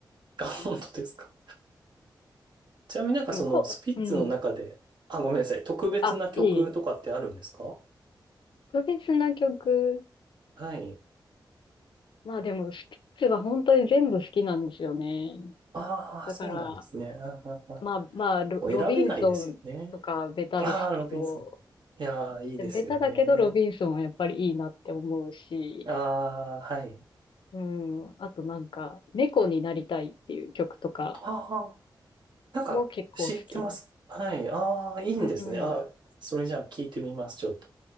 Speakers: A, on the right (about 65°); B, on the left (about 75°).
A: あ、
B: うん、
A: 本当ですか。ちなみになんかその、
B: でもこ、
A: スピッツの中で、
B: うん。
A: あ、ごめんなさい。特別な曲とかってあるんですか
B: あ、いい。特別な曲、
A: はい。
B: まあでも、スピッツは本当に全部好きなんですよね。
A: ああ、
B: だから、
A: そうなんですね。うんうんうん
B: まあまあ、ロ、
A: もう選べないですよね。
B: ロビンソンとかベタですけど、
A: ああ、ロビンソン。いやー、いいですよね。
B: でもベタだけどロビンソンはやっぱりいいなって思うし、
A: ああ、はい。
B: うん、あとなんか、猫になりたいっていう曲とか
A: ああ、なんか、
B: も結構好きです。
A: 知ってます。はい。ああ、いいんですね。
B: うん、
A: あそれじゃあ聞いてみます、ちょっと。